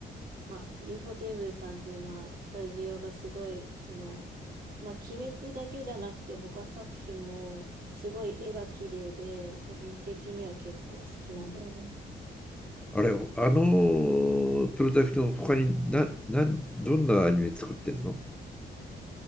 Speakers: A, on the right (about 55°); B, in the centre.
A: まあ、u フォーテーブルさんっていう、まあ、スタジオがすごい、その、まあ、鬼滅だけじゃなくて、他作品も、すごい絵が綺麗で、個人的には結構好きなんだよね。
B: あれ、あのプロダクトの他にな、な、どんなアニメ作ってんの